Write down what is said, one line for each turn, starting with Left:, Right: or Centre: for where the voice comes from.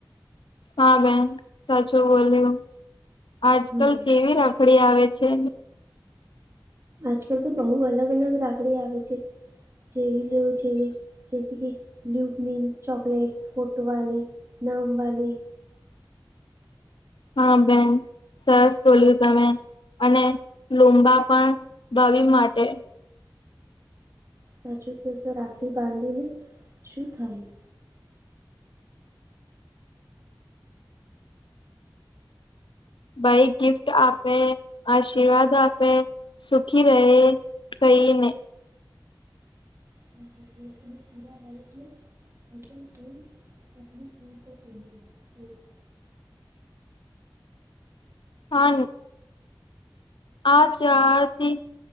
Left: હા બેન સાચું બોલ્યુ આજ
Right: હમ્મ.
Left: કલ કેવી રાખ પકડી આવે છે.
Right: આજકાલ તો બહુ અલગ અલગ રાખડી આવે છે જેવી લેવું જેવી જૈસે કે <unintelligible> ચોકલેટ ફોટો વાલી, નામ વાલી
Left: હા બેન. સરસ બોલ્યું તમે અને લુમ્બા પણ ભાભી માટે.
Right: સાચું કેસો રાખડી બાંધીને શું થાય?
Left: ભઈ ગિફ્ટ આપે, આશીર્વાદ આપે, સુખી રહે. કઈને
Right: <inaudible> <unintelligible> <inaudible> <inaudible>
Left: કા ની આ ત્યાંથી